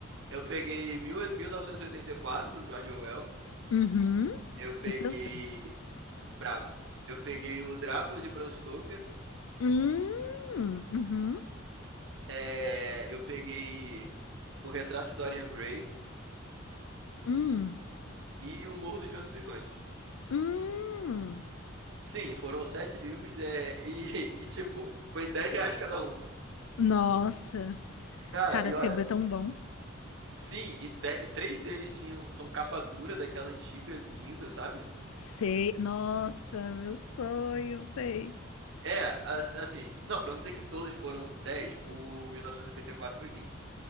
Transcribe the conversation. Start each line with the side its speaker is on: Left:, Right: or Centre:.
Right: eu peguei mil- 1984, do George Orwell.
Left: Uhum.
Right: Eu peguei...
Left: Esse eu tenho.
Right: Brabo. Eu peguei o Drácula de Bram Stoker.
Left: Hum, uhum,
Right: é, eu peguei o Retrato de Dorian Gray
Left: hum,
Right: e o Morro dos Ventos Uivantes.
Left: hum.
Right: Sim, foram sete livros é, e, <laughs> e, tipo, foi 10 reais cada um.
Left: Nossa,
Right: Cara,
Left: cara,
Right: e
Left: sebo
Right: olha,
Left: é tão bom.
Right: sim, e de- três deles tinham, são capa dura daquela antiga, linda, sabe?
Left: Sei, nossa, meu sonho, sei.
Right: É, a- assim, não, pra não dizer que todos foram 10. o 1984 foi 20.